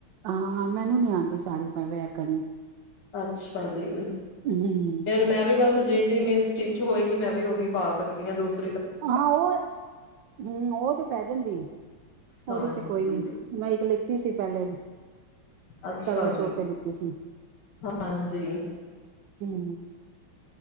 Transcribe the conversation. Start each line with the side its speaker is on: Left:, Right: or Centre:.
Right: ਹਾਂ ਮੈਨੂੰ ਨੀ ਆਉਂਦੀ ਸਾੜੀ ਪਾ ਵੇਅਰ ਕਰਨੀ
Left: ਅੱਛਾ ਜੀ,
Right: ਹਮ
Left: ਫਰ ਮੈਂ ਵੀ ਬਸ ਹਜੇ ਮਿੰਸ ਹੋਏਗੀ ਮੈਂ ਵੀ ਉਹੀ ਪਾ ਸਕਦੀ ਹਾਂ ਦੂਸ
Right: ਹਾਂ ਉਹ ਹਮ ਉਹ ਤੇ ਪੈ ਜਾਂਦੀ ਹੈ, ਉਹਦੇ
Left: ਹਾਂਜੀ
Right: ਤੇ ਕੋਈ ਨੀ ਮ ਇੱਕ ਲਿੱਤੀ ਸੀ ਪਲੇ <unintelligible>
Left: ਅੱਛਾ
Right: ਕਰਵਾਚੌਥ
Left: ਜੀ
Right: ਤੇ ਲਿੱਤੀ ਸੀ,
Left: ਹਾਂਜੀ
Right: ਹਮ